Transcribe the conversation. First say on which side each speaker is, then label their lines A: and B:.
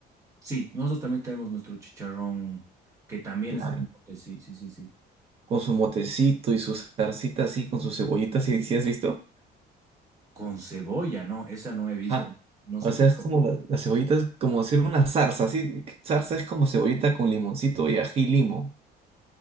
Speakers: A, on the right; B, on the right.
A: Sí, nosotros también tenemos nuestro chicharrón que también
B: Claro.
A: es con mote, sí, sí, sí, sí.
B: Con su motecito y su salsita así, con sus cebollitas, y si has visto?
A: Con cebolla, no, esa no he visto.
B: Ajá.
A: Nosotros...
B: O sea, es como la- las cebollitas, como hacer una zarza, así. Zarza es como cebollita con limoncito y ají y limo.